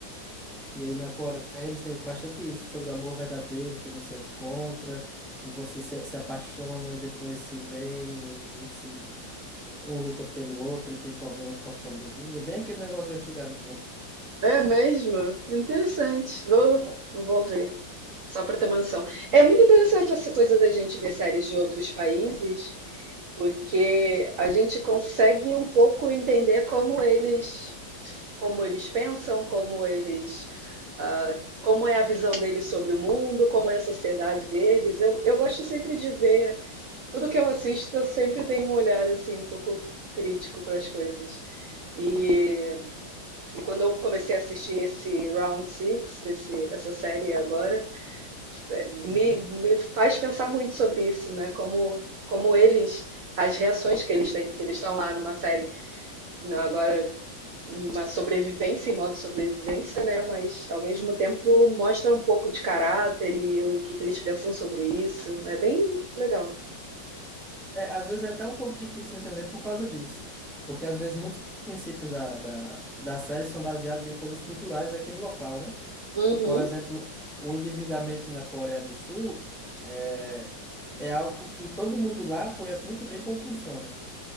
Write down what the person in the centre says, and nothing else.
E aí na Coreia eles têm bastante isso, sobre o amor verdadeiro que você encontra, e você se, se apaixonam e depois se veem, e, se um luta pelo outro e tem problemas com a família, bem aquele negócio de antigamente.
Uhum.
É, às vezes é até um pouco difícil entender por causa disso, porque às vezes muitos princípios da, da, da série são baseados em coisas culturais daquele local, né?
Por exemplo, o endividamento na Coreia do Sul é, é algo que todo mundo lá conhece muito bem como funciona